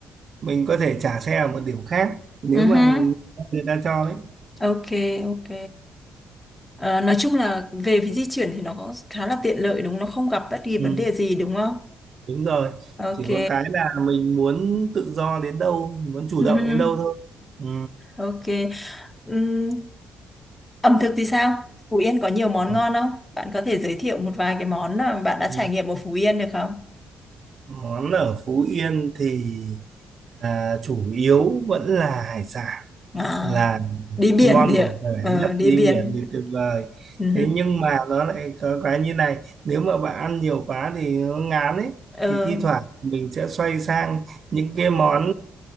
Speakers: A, on the right (about 45°); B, on the left (about 15°).
A: mình có thể trả xe ở một điểm khác nếu
B: uh
A: mà người ta cho ấy
B: Ok, ok. Ờ, nói chung là về phía di chuyển thì nó có khá là tiện lợi đúng không? Nó không gặp bất kỳ vấn
A: ừ,
B: đề gì đúng không?
A: đúng rồi
B: Ok.
A: chỉ có cái là mình muốn tự do đến đâu muốn chủ
B: uh
A: động đến đâu thôi ừ.
B: Ok. Ừm, ẩm thực thì sao? Phú Yên có nhiều món
A: ừ,
B: ngon không? Bạn có thể giới thiệu một vài cái món mà bạn đã
A: ừ.
B: trải nghiệm ở Phú Yên được không?
A: Món ở Phú Yên thì à, chủ yếu vẫn là hải sản
B: À,
A: là
B: đi biển
A: ngon
B: thì
A: bổ
B: ạ.
A: rẻ
B: Ờ,
A: nhất
B: đi
A: đi
B: biển.
A: biển thì tuyệt vời.
B: uh
A: Thế nhưng mà nó lại có cái như này, nếu mà bạn ăn nhiều quá thì nó ngán ấy
B: Ờ,
A: thì thi thoảng mình sẽ xoay sang những cái món